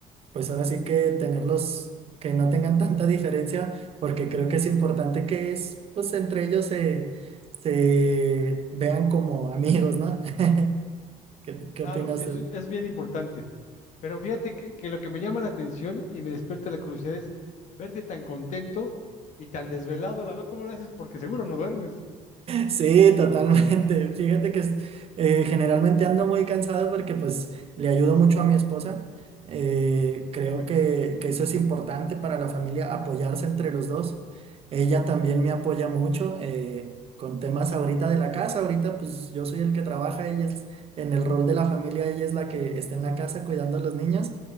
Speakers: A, on the right (about 45°); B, on the left (about 55°).
A: pues ahora sí que tenerlos, que no tengan tanta diferencia, porque creo que es importante que es, pues entre ellos se, se vean como amigos, ¿no? <laughs> ¿Qué, qué
B: claro,
A: opinas
B: sí, eso
A: tú?
B: es bien importante. Pero fíjate que, que lo que me llama la atención y me despierta la curiosidad es verte tan contento y tan desvelado a la vez. ¿Cómo lo haces? Porque seguro no duermes.
A: Sí, totalmente. Fíjate que es- eh, generalmente ando muy cansado porque pues le ayudo mucho a mi esposa. Eh, creo
B: Qué bueno.
A: que, que eso es importante para la familia, apoyarse entre los dos. Ella también me apoya mucho eh, con temas ahorita de la casa. Ahorita pues yo soy el que trabaja, ella es en el rol de la familia, ella es la que está en la casa cuidando a los niños.